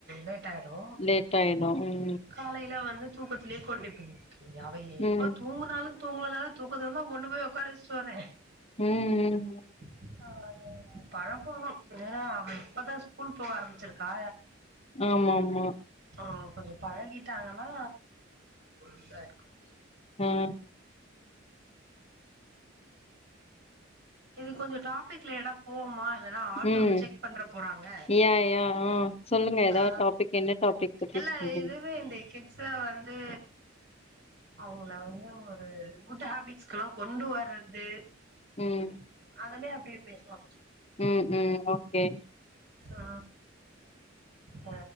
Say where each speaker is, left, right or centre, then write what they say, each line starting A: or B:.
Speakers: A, on the right; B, on the left.
A: லேட் ஆயிடு
B: லேட் ட்டாய்டு ம்
A: காலைல வந்து தூக்கத்து லே கொண்டு போயி விட்ருவே அவ எப்பத்
B: ம்
A: தூங்கனாலு தூங்கலனாலு தூங்கதந்தா கொண்டு போய் ஒக்கார வெச்ட்டு வரே
B: ம் ம்
A: <unintelligible> பழக்கனு எனா அவ இப்பதா ஸ்கூல் போக ஆரமிச்சிருக்கா
B: ஆமா மா
A: ஆ கொஞ்சோ பழகிட்டாங்கனா இதா இருக்கும்
B: ம்
A: இது கொஞ்சோ டாப்பிக் லேடாப் போவுமாருக் எதனா ஆடியோ
B: ம்
A: ரிஜெக்ட் பண்றப் போறங்க
B: யா யா ஆ சொல்லுங்க ஏதாவது
A: ஆ
B: டாபிக் என்ன டாபிக் பத்தி
A: எல்லா
B: சொல்றீங்க
A: இதுவே இந்த கிட்ஸா வந்து அவங்ள வந்து ஒரு குட் ஹேபிட்ஸ்கெலா கொண்டு வறத் து
B: ம்
A: அதுலியே அப்டியே பேச்வா
B: ம் ம் ஓகே
A: ஆ அ